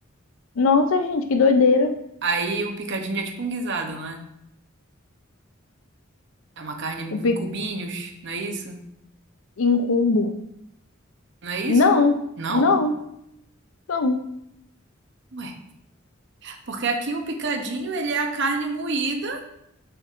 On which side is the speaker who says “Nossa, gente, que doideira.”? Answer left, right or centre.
Left